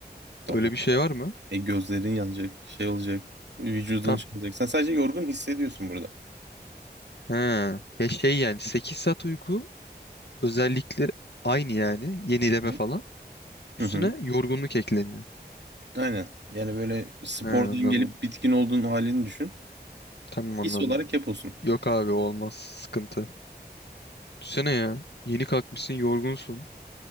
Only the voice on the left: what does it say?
Öyle bir şey var mı?
Tam.
He. Ya şey yani 8 saat uyku Özellikleri aynı yani. Yenileme
falan. Üstüne
yorgunluk ekleniyor.
He, anladım.
Tamam anladım.
Yok abi o olmaz. Sıkıntı. Düşsene ya. Yeni kalkmışsın yorgunsun.